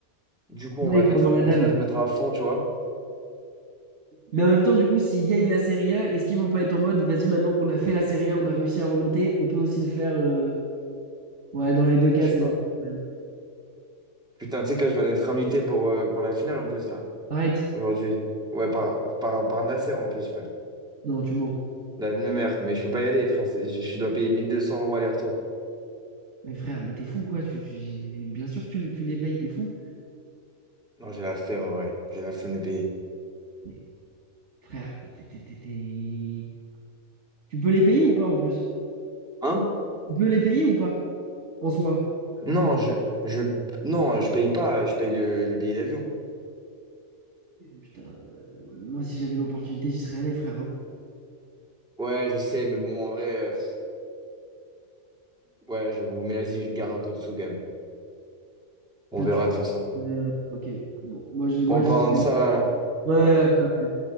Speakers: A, in the centre; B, on the right.
A: du coup,
B: Ouais,
A: on va
B: il
A: mettre,
B: faut avoir la
A: on
B: dalle.
A: va se mettre à fond, tu vois.
B: Mais en même temps, du coup, s'ils gagnent la Serie A, est-ce qu'ils vont pas être en mode, vas-y, maintenant qu'on a fait la Serie A, on a réussi à remonter, on peut aussi le faire. euh, Ouais, dans les deux cas,
A: Je
B: c'est
A: sais pas.
B: la même.
A: Putain, tu sais que là, je viens d'être invité pour, euh, pour la finale en plus, là,
B: Arrête.
A: aujourd'hui. Ouais, par, par, par Nasser en plus, frère.
B: Non, tu mens.
A: La même mère, mais je peux pas y aller, frère. c'est- Je je dois payer 1200 euros aller-retour.
B: Mais frère, mais t'es fou, quoi. Tu, tu- Bien sûr que tu, tu les payes, t'es fou.
A: Non, j'ai la flemme en vrai. J'ai la flemme de payer.
B: Mais frère, t'es- t'es- t'es- t'es- tu peux les payer ou pas en plus?
A: Hein?
B: Tu peux les payer ou pas en soi?
A: Non, je, je, non, je paye pas. Je paye le, le billet d'avion.
B: Putain, euh, moi, si j'avais l'opportunité, j'y serais allé, frère. hein.
A: Ouais, je sais, mais bon, en vrai, euh, pff, ouais, je vous mets vas-y, je garde un peu de sous quand même. On
B: T'as
A: verra
B: tu.
A: de toute façon.
B: Euh, ok. Bon, moi, j'ai, moi,
A: Bon, en
B: j'y
A: parlant
B: serais
A: de
B: allé.
A: ça, euh,
B: Ouais,
A: ouais.
B: après, après.